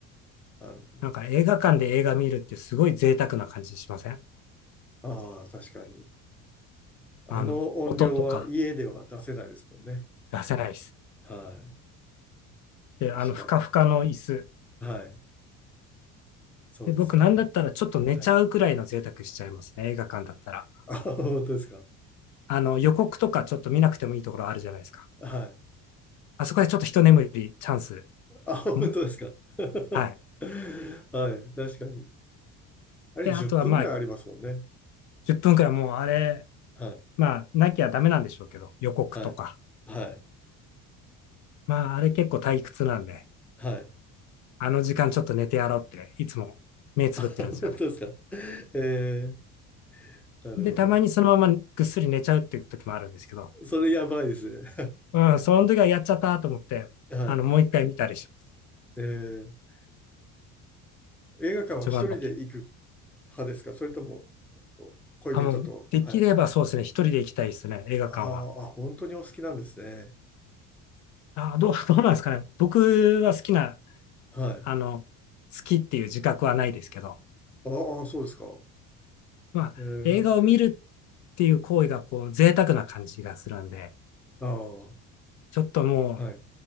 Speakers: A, in the centre; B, on the left.
A: なるほ
B: なんか映画館で映画見るってすごい贅沢な感じしません
A: ど。ああ、確かに。あの音量は家では出せないですもんね。
B: あの、音とか出せないです。
A: は
B: で、
A: い。
B: あの、
A: 確かに。
B: ふかふかの椅子。
A: はい。そうですね。
B: で、僕なんだったらちょっと寝ちゃうくらいの贅沢しちゃいますね。
A: はい。
B: 映画館だったら。
A: あ、本当ですか。
B: あの、予告とかちょっと見なくてもいいところあるじゃないですか。
A: は
B: あそこでちょっと一眠り、チャンス。
A: い。あ、本当ですか。
B: ん
A: <laughs>
B: はい。
A: はい。確かに。あれ10分ぐらいありますもんね。
B: で、あとはまあ、う10分くらいもうあれ、
A: はい。
B: まあ、なきゃダメなんでしょうけど、予告とか。
A: はい。はい。
B: まあ、あれ結構退屈なんで、
A: はい。
B: あの時間ちょっと寝てやろうって、いつも目つぶってるんですよね。
A: <laughs> 本当ですか。えー、なるほど。
B: で、たまにそのままぐっすり寝ちゃうっていう時もあるんですけど、
A: それやばいですね。
B: うん、その時はやっちゃったと思って、
A: <laughs> は
B: あの、もう一回見たりします。
A: い。えー映画館は一人で行く
B: 一番だけ。
A: 派ですかそれとも、恋人と。
B: あ、もう、できればそうですね、
A: はい。
B: 一人で行きたいですね、映画館は。
A: あーあ、本当にお好きなんですね。
B: あ、どう、<laughs> どうなんですかね。僕は好きな、
A: はい。
B: あの、好きっていう自覚はないですけど、
A: ああ、そうですか。
B: まあ、
A: えー、
B: 映画を見るっていう行為が、こう、贅沢な感じがするんで、
A: ああ、は
B: ちょっともう、
A: い、